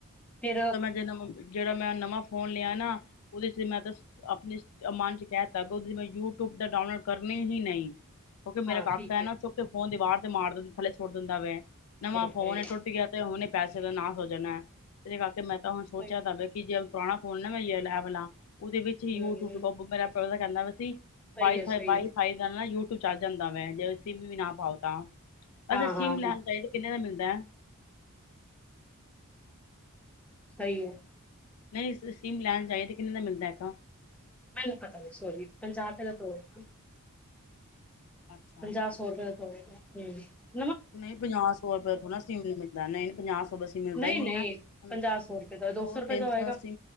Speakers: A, in the centre; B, on the left.
A: ਫੇਰ
B: ਨਵਾ ਜੇੜਾ ਮੈਂ ਨਵਾ ਫੋਨ ਲੇਆ ਨਾ ੳਦੇ ਚ ਮੈਂ ਤੇ ਅਪਨੇ ਮਨ ਚ ਕੈਤਾ ਕਿ ੳਦੇ ਚ ਮੈਂ ਯੂਟਿਊਬ ਤਾਂ ਡਾਊਨਲੋਡ ਕਰਨੀ ਹੀ ਨਈ। ਕਿਉਂਕਿ ਮੇਰਾ
A: ਹਾਂ
B: ਕਾਕਾ
A: ਠੀਕ
B: ਏ
A: ਹੈ
B: ਨਾ, ਚੁੱਕ ਕੇ ਫੋਨ ਦੀਵਾਰ ਤੇ ਮਾਰ ਦੇਂਦ, ਥੱਲੇ ਸੁਟ ਦੇੰਦਾ ਵੇ। ਨਵਾਂ ਫੋਨ
A: ਹਾਏ
B: ਏ, ਟੁਟ ਐ ਤੇ ਹੁਨੇ ਪੈਸੇ ਦਾ ਨਾਸ ਹੋ ਜਾਨਾ ਏ। ਏਰੇ ਕਰਕੇ ਮੈਂ ਤਾਂ ਹੁਨ
A: ਹਾਏ
B: ਸੋਚੇਆ ਦਾ ਵੇ ਕਿ ਜੇੜ ਪੁਰਾਨਾ ਫੋਨ ਨਾ ਮੈਂ ਯ ਏ ਵਾਲਾ ੳਦੇ ਵਿੱਚ ਯੂਟਊਬ
A: ਹਮ
B: ਮੇਰਾ ਬ੍ਦਰ ਕੇਂਦਾ ਵਾ ਸੀ
A: ਸਹੀ
B: ਵਾਈ
A: ਹੈ
B: ਫਾਈ-ਵਾਈ
A: ਸਹੀ ਹੈ
B: ਫਾਈ ਦੇ ਨਾਲ ਯੂਟਿਊਬ ਚੱਲ ਜਾਂਦਾ ਵੇ, ਜੇ ਸਿੰਮ ਵੀ ਨਾ ਪਾਓ ਤਾਂ।
A: ਹਾਂ
B: ਅੱਛਾ ਸਿਮ
A: ਹਾਂ
B: ਲੈਨ ਜਾਈਏ ਤਾਂ ਕਿੰਨੇ ਦਾ ਮਿਲਦਾ?
A: ਸਹੀ ਏ।
B: ਨਈ ਸਿਮ ਲੈਨ ਜਾਈਏ ਤਾਂ ਕਿੰਨੇ ਦਾ ਮਿਲਦਾ ਏਕ?
A: ਮੈਨੂੰ ਪਤਾ ਨੀ ਸੋਰੀ, ਪਂਜਾ ਰੁਪਏ ਦਾ ਤੇ ਹੋਏਗਾ।
B: ਅੱਛਾ
A: ਪੰਜਾ, ਸੌ ਰੁਪਏ ਦਾ ਹੋਏਗਾ। ਹੂੰ।
B: ਨਈ ਪੰਜਾਅ ਸੌ ਰੁਪਇਆ ਥੋੜਾ ਸਿਮ ਨ ਮਿਲਦਾ ਨਈ ਪੰਜਾਅ ਸੌ ਬਸੀ
A: ਨਹੀਂ
B: ਮਿਲਦਾ ਈ ਨੀ
A: ਨਹੀਂ ਨਹੀਂ
B: ਐ। ਆ
A: ਪੰਜਾਹ ਸੌ ਰੁਪਏ ਦਾ
B: ਦੋ
A: ਰੁਪਏ
B: ਤਿੰਨ
A: ਦਾ
B: ਸੌ
A: ਹੋਏਗਾ
B: ਸੀ,